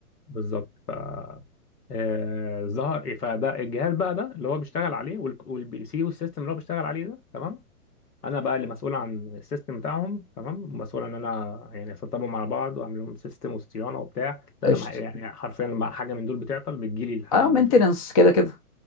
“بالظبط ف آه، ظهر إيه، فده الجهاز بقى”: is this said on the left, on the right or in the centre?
Left